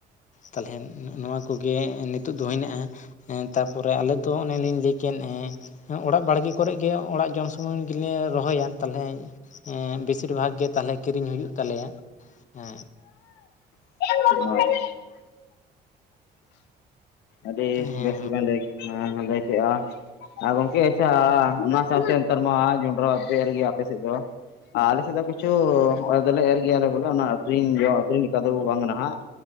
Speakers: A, on the left; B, on the left.
A: ᱛᱟᱞᱦᱮ ᱱᱚᱣᱟ ᱠᱚᱜᱮ ᱱᱤᱛᱳᱜ ᱫᱚ ᱦᱮᱱᱟᱜ-ᱟ ᱛᱟᱨᱯᱚᱨᱮ ᱟᱞᱮ ᱫᱚ ᱚᱱᱮᱞᱤᱧ ᱞᱟᱹᱭ ᱠᱮᱫ ᱦᱮᱸ ᱚᱲᱟᱜ ᱵᱟᱲᱜᱮ ᱠᱚᱨᱮ ᱜᱮ ᱚᱲᱟᱜ ᱡᱚᱢ ᱥᱩᱢᱩᱝ ᱜᱮᱞᱮ ᱨᱚᱦᱚᱭᱟ ᱛᱟᱞᱦᱮ ᱮᱜ ᱵᱮᱥᱤᱨ ᱵᱷᱟᱜᱽ ᱜᱮ ᱛᱟᱦᱚᱞᱮ ᱠᱤᱨᱤᱧ ᱦᱩᱭᱩᱜ ᱛᱟᱞᱮᱭᱟ ᱦᱮᱸ᱾
B: <unintelligible> ᱟᱹᱰᱤ
A: ᱦᱮᱸ
B: ᱵᱮᱥ ᱜᱮ ᱵᱮᱱ ᱞᱟᱹᱭ ᱠᱮᱫ ᱞᱟᱹᱭ ᱠᱮᱜ-ᱟ ᱾ ᱟᱨ ᱜᱚᱝᱠᱮ ᱟᱪᱪᱷᱟ ᱚᱱᱟ ᱥᱟᱶᱛᱮ ᱱᱮᱛᱟᱨ ᱢᱟ ᱡᱚᱸᱰᱨᱟ ᱵᱟᱯᱮ ᱮᱨᱜᱮᱭᱟ ᱟᱯᱮ ᱥᱮᱫ ᱫᱚ? ᱟᱞᱮ ᱥᱮᱫ ᱫᱚ ᱠᱤᱪᱷᱩ ᱮᱨ ᱫᱚᱞᱮ ᱮᱨ ᱜᱮᱭᱟᱞᱮ ᱵᱚᱞᱮ ᱚᱱᱟ ᱟᱹᱠᱷᱨᱤ ᱟᱹᱠᱷᱨᱤᱧ ᱞᱮᱠᱟ ᱫᱚ ᱵᱟᱝ ᱦᱟᱱᱚᱜ-ᱟ ᱦᱟᱜ᱾